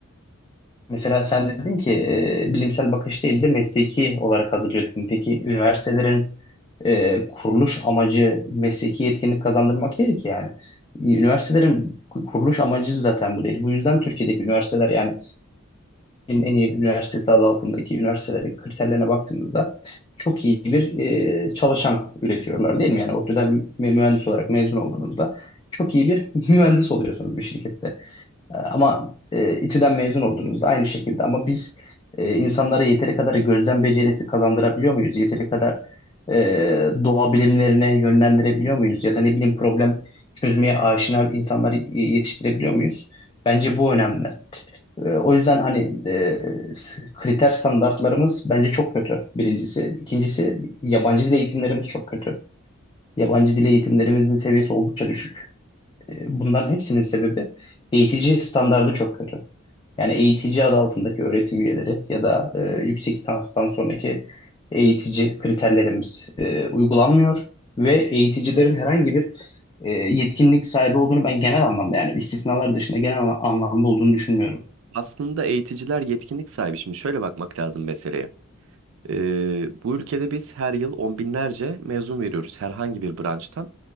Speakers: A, on the left; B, on the right.
A: Mesela sen dedin ki e, bilimsel bakış değil de mesleki olarak hazırlıyor dedin. Peki üniversitelerin e, kuruluş amacı mesleki yetkinlik kazandırmak değil ki yani. Üniversitelerin ku- kuruluş amacı zaten bu değil. Bu yüzden Türkiye'deki üniversiteler yani en, en iyi üniversitesi adı altındaki üniversitelerin kriterlerine baktığımızda çok iyi bir e, çalışan üretiyorlar değil mi? Yani ODTÜ'den mü- mühendis olarak mezun olduğunuzda çok iyi bir <laughs> mühendis oluyorsunuz bir şirkette. E, Ama e, İTÜ'den mezun oldunuz da aynı şekilde. Ama biz e, insanlara yeteri kadar gözlem becerisi kazandırabiliyor muyuz? Yeteri kadar e, doğa bilimlerine yönlendirebiliyor muyuz? Ya da ne bileyim problem çözmeye aşina insanları e, yetiştirebiliyor muyuz? Bence bu önemli. E, o yüzden hani e, s- kriter standartlarımız bence çok kötü birincisi. İkincisi yabancı dil eğitimlerimiz çok kötü. Yabancı dil eğitimlerimizin seviyesi oldukça düşük. E, bunların hepsinin sebebi eğitici standardı çok kötü. Yani eğitici adı altındaki öğretim üyeleri ya da e, yüksek lisanstan sonraki eğitici kriterlerimiz e, uygulanmıyor ve eğiticilerin herhangi bir e, yetkinlik sahibi olduğunu ben genel anlamda yani istisnalar dışında genel anlamda olduğunu düşünmüyorum.
B: Aslında eğiticiler yetkinlik sahibi. Şimdi şöyle bakmak lazım meseleye. Ee, bu ülkede biz her yıl on binlerce mezun veriyoruz herhangi bir branştan.